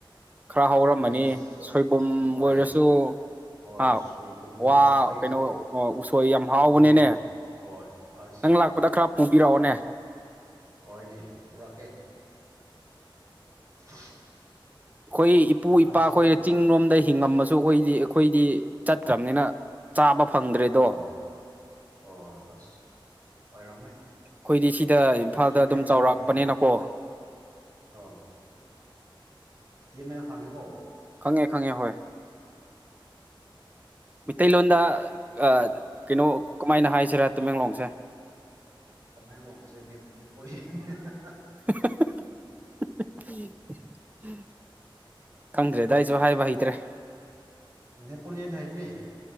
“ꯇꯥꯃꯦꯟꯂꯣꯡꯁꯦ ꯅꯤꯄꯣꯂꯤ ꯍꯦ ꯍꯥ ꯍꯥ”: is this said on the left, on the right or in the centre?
Right